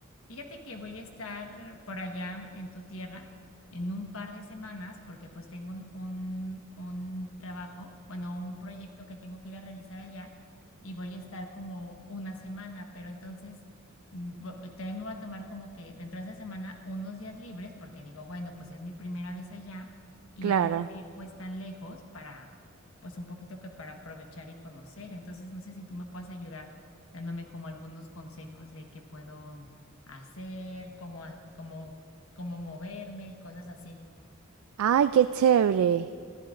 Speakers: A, on the left (about 75°); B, on the right (about 85°).
A: Fíjate que voy a estar por allá en tu tierra en un par de semanas porque pues tengo un, un, un trabajo, bueno, un proyecto que tengo que ir a realizar allá y voy a estar como una semana, pero entonces mm, vo- vo- también me voy a tomar como que dentro de esa semana unos días libres porque digo, bueno, pues es mi primera vez allá y
B: Claro.
A: ya que voy a ir pues tan lejos para pues un poquito que para aprovechar y conocer, entonces no sé si tú me puedes ayudar dándome como algunos consejos de que puedo hacer, cómo, ha- cómo, cómo moverme y cosas así.
B: Ay, qué chévere.